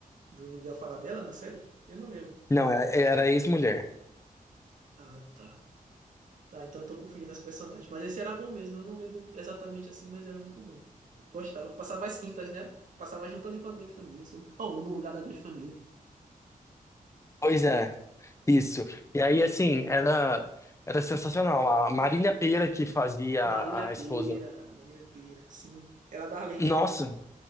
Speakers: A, on the right; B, on the left.
A: do Miguel Falabella na série? Eu não lembro.
B: Não, era era ex-mulher.
A: Ah, tá. Tá, então eu tô confundindo as personagens. Mas esse era bom mesmo. Eu não lembro exatamente assim, mas era muito bom. Gostava. Passava as quintas, né? Passava junto ali com a Grande Família. assim. Ou no lugar da Grande Família.
B: Pois é, isso. E aí, assim, era, era sensacional. A Marília Pêra que fazia
A: Marília
B: a, esposa.
A: Pêra. Marília Pêra, sim. Era a Darlene,
B: Nossa,
A: né?